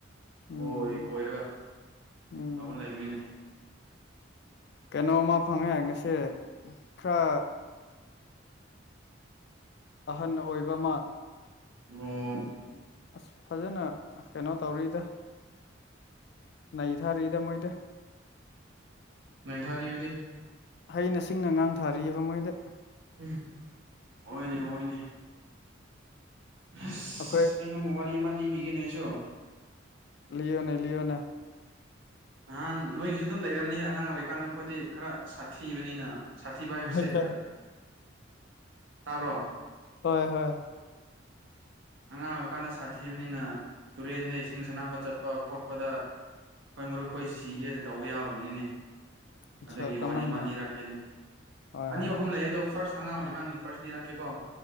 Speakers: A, on the left; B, on the right.
A: ꯎꯝ
B: ꯀꯣꯏ ꯀꯣꯏꯔꯒ
A: ꯎꯝ
B: ꯇꯥꯅ ꯂꯩꯕꯅꯤꯅꯦ
A: ꯀꯩꯅꯣꯝꯃ ꯐꯪꯉꯦ ꯉꯁꯤꯦ ꯈꯔ ꯑꯍꯟ ꯑꯣꯏꯕ ꯑꯃ
B: ꯑꯣ
A: ꯑꯁ ꯐꯖꯅ ꯀꯩꯅꯣ ꯇꯧꯔꯤꯗ ꯅꯩ ꯊꯥꯔꯤꯗ ꯃꯣꯏꯗ
B: ꯉ ꯊꯥꯔꯔꯤꯕꯗꯤ
A: ꯍꯩꯅ ꯁꯤꯡꯅ ꯉꯥꯡ ꯊꯥꯔꯤꯑꯕ ꯃꯣꯏꯗ
B: ꯎ ꯍꯣꯏꯅꯦ ꯍꯣꯏꯅꯦ ꯑꯁ
A: ꯑꯩꯈꯣꯏ
B: ꯑꯩ ꯅ ꯑꯃ ꯋꯥꯔꯤ ꯑꯃ ꯂꯤꯕꯤꯒꯦꯅꯦ ꯑꯩꯁꯨ
A: ꯂꯑꯣꯅꯦ ꯂꯑꯣꯅꯦ
B: ꯅꯍꯥꯟ ꯅꯣꯏꯒꯤꯁꯨ ꯑꯗꯨꯝ ꯂꯩꯔꯝꯅꯤ ꯑꯉꯥꯡ ꯑꯣꯏꯔꯤꯀꯥꯟꯗ ꯑꯩꯈꯣꯏꯗꯤ ꯈꯔ ꯁꯥꯊꯤꯕꯅꯤꯅ ꯁꯥꯊꯤꯕ ꯍꯥꯏꯕꯁꯦ
A: ꯍꯣꯏꯗ
B: ꯇꯥꯕ꯭ꯔꯣ
A: ꯍꯣꯏ ꯍꯣꯏ
B: ꯑꯉꯥꯡ ꯑꯣꯏꯕ ꯀꯥꯟꯗ ꯁꯥꯊꯤꯕꯅꯤꯅ ꯇꯨꯔꯦꯟꯗ ꯏꯁꯤꯡ ꯁꯅꯥꯕ ꯆꯠꯄ ꯈꯣꯠꯄꯗ ꯍꯣꯏ ꯃꯔꯨꯞꯈꯣꯏ ꯁꯤꯒꯦꯅ ꯇꯧꯕ ꯌꯥꯎꯔꯕꯅꯤꯅꯦ
A: ꯑꯆꯥ
B: ꯑꯗꯨꯒꯤ
A: ꯀꯔꯝꯍꯥꯏꯅ
B: ꯋꯥꯔꯤ ꯑꯃ ꯂꯤꯔꯛꯀꯅꯤ
A: ꯍꯣꯏ
B: ꯑꯅꯤ
A: ꯍꯣꯏ
B: ꯑꯍꯨꯝ ꯂꯩ ꯑꯗꯨꯗꯣ ꯐꯥꯔꯁ ꯑ ꯑꯉꯥꯡ ꯑꯣꯏꯔꯤꯀꯥꯟꯒꯤ ꯐꯥꯔꯁ ꯗꯦ ꯂꯥꯛꯀꯦꯀꯣ